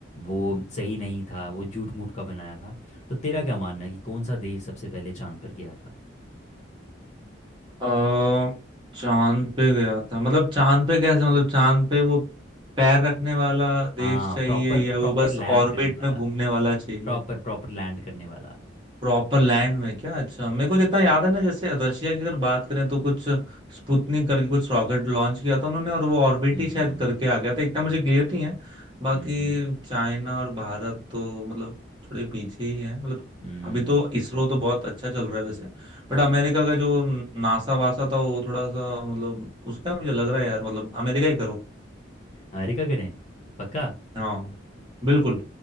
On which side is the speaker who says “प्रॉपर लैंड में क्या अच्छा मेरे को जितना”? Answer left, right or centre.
Right